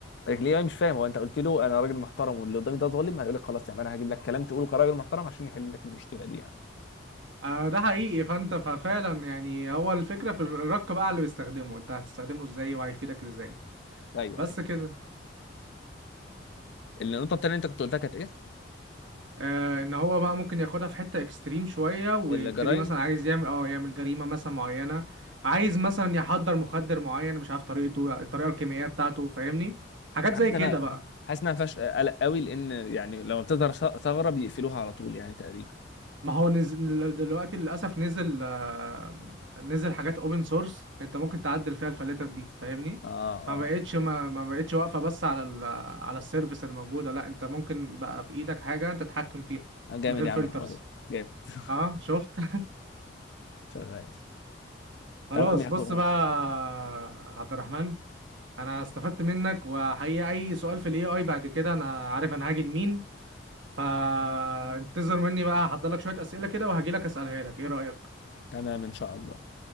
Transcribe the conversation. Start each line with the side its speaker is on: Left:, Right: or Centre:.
Left: ليه مش فاهم هو انت قلت له انا راجل محترم واللي قدامي ده ظالم هيقول لك خلاص يعني انا هجيب لك كلام تقوله كراجل محترم عشان يحل لك المشكله دي يعني
Right: آه ده حقيقي فانت ففعلا يعني هو الفكرة في الرق بقى اللي بيستخدمه انت هتستخدمه ازاي وهيفيدك ازاي
Left: ايوه
Right: بس
Left: ايوه
Right: كده
Left: النقطه التانيه اللي انت كنت قلتها كانت ايه
Right: آه ان هو بقى ممكن ياخدها في حتة اكستريم شوية ويبتدي
Left: الجرائم
Right: مثلا عايز يعمل اه يعمل جريمة مثلا معينة عايز مثلا يحضر مخدر معين مش عارف طريقته الطريقة الكيميائية بتاعته فاهمني حاجات
Left: مش حاسس
Right: زي كده
Left: ان انا
Right: بقى
Left: حاسس ان انا ما فيهاش قلق قوي لان يعني لما بتظهر ث- ثغره بيقفلوها على طول يعني تقريبا
Right: ما هو نزل دلوقتي للأسف نزل آه، نزل حاجات اوبن سورس انت ممكن تعدل فيها الفلاتر دي فاهمني
Left: اه
Right: فما
Left: اه
Right: بقتش ما, ما بقتش واقفة بس على ال على السيرفيس الموجودة لا انت ممكن بقى في ايدك حاجة انت تتحكم فيها
Left: جامد
Right: من غير
Left: يا
Right: فلترز
Left: عم الحوار ده جامد <laughs>
Right: اه شفت
Left: شغال
Right: <laughs> خلاص
Left: تمام يا اخويا
Right: بص بقى عبد الرحمن انا استفدت منك وحقيقة اي سؤال في الاي اي بعد كده انا عارف انا هاجي لمين فانتظر مني بقى هحضر لك شوية أسئلة كده وهجي لك أسألها لك ايه رأيك
Left: تمام ان شاء الله